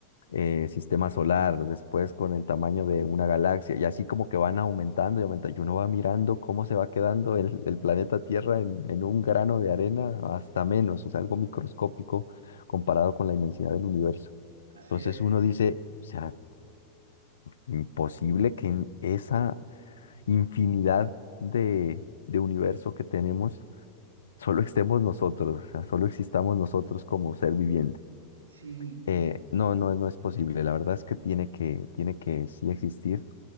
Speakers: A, on the left; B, on the right.
A: eh, sistema solar, después con el tamaño de una galaxia, y así como que van aumentando y aumentando, y uno va mirando cómo se va quedando el, el planeta Tierra en, en un grano de arena hasta menos, o sea, algo microscópico comparado con la inmensidad del universo.
B: así
A: Entonces
B: es.
A: uno dice, o sea, imposible que en esa infinidad de, de universo que tenemos, solo estemos nosotros, o sea, solo existamos nosotros como ser viviente.
B: Sí,
A: Eh, no, no, no es posible. La verdad es que tiene que, tiene que sí existir.